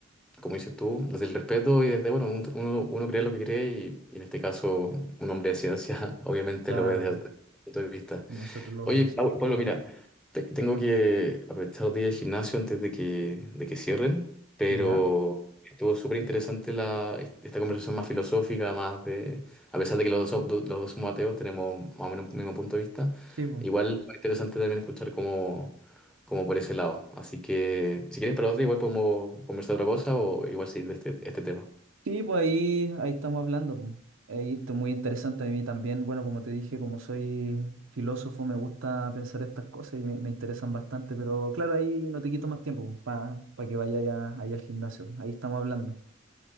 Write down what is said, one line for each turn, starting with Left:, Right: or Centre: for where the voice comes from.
Centre: como dices tú, desde el respeto y desde, bueno, un- uno, uno cree lo que cree y, y en este caso un hombre de ciencia <laughs> obviamente
Right: claro,
Centre: lo ve desde otro punto de vista.
Right: nosotros lo
Centre: Oye,
Right: vamos
Centre: Pau-
Right: a... hacer.
Centre: Pablo, mira, te- tengo que aprovechar los días de gimnasio antes de que, de que cierren, pero
Right: ¿Ya?
Centre: estuvo súper interesante la, esta conversación más filosófica, más de, a pesar de que los dos, so- do- los dos somos ateos, tenemos más o menos un mismo punto de vista.
Right: Sí, pues.
Centre: Igual fue interesante también escuchar como, como por ese lado. Así que, si quieres para otro, igual podemos conversar otra cosa o igual seguir de este, este tema.
Right: Sí, pues ahí, ahí estamos hablando. pues. Ahí esto es muy interesante a mí también. Bueno, como te dije, como soy filósofo, me gusta pensar estas cosas y me, me interesan bastante, pero claro, ahí no te quito más tiempo para que vayas ahí al gimnasio. Ahí estamos hablando.